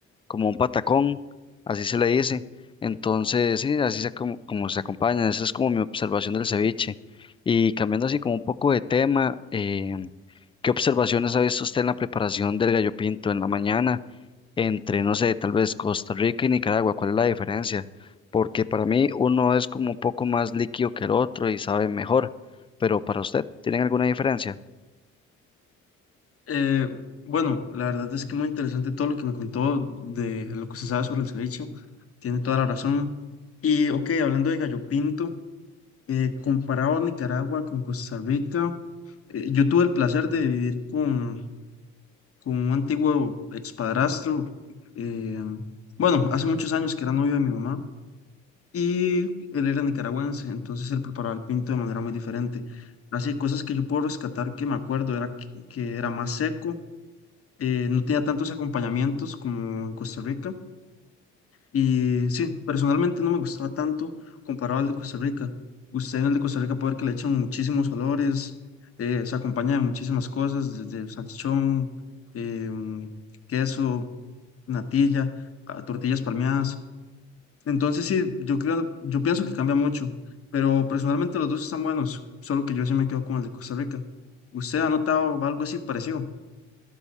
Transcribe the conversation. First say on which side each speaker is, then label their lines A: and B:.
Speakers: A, on the left; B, on the left.
A: como un patacón, así se le dice. Entonces, sí, así se como, como se acompaña. Esa es como mi observación del ceviche. Y cambiando así como un poco de tema, em, ¿qué observaciones ha visto usted en la preparación del gallo pinto en la mañana entre, no sé, tal vez Costa Rica y Nicaragua? ¿Cuál es la diferencia? Porque para mí uno es como un poco más líquido que el otro y sabe mejor pero para usted, ¿tienen alguna diferencia?
B: Eh, bueno, la verdad es que muy interesante todo lo que me contó de lo que se sabe sobre el ceviche. Tiene toda la razón. Y, ok, hablando de gallo pinto, eh, comparado a Nicaragua con Costa Rica, eh, yo tuve el placer de vivir con, con un antiguo expadrastro. eh, bueno, hace muchos años que era novio de mi mamá y él era nicaragüense, entonces él preparaba el pinto de manera muy diferente. Así, cosas que yo puedo rescatar que me acuerdo era que que era más seco eh, no tenía tantos acompañamientos como en Costa Rica. Y sí, personalmente no me gustaba tanto comparado al de Costa Rica. Usted en el de Costa Rica puede ver que le echan muchísimos olores, eh, se acompaña de muchísimas cosas, desde salchichón, em, queso, natilla, a tortillas palmeadas. Entonces sí, yo creo, yo pienso que cambia mucho, pero personalmente los dos están buenos, solo que yo sí me quedo con el de Costa Rica. ¿Usted ha notado algo así parecido?